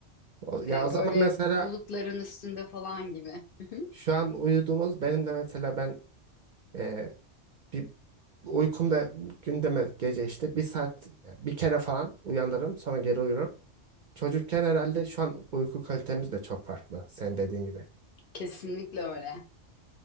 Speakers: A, on the right; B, on the left.
A: o- ya
B: Ee,
A: o zaman
B: böyle
A: mesela
B: bulutların üstünde falan gibi. Hı hı.
A: şu an uyuduğumuz benim de mesela ben e, bir uykumda gündeme gece işte bir saat yani bir kere falan uyanırım sonra geri uyurum. Çocukken herhalde şu an uyku kalitemiz de çok farklı. Sen dediğin gibi.
B: Kesinlikle öyle.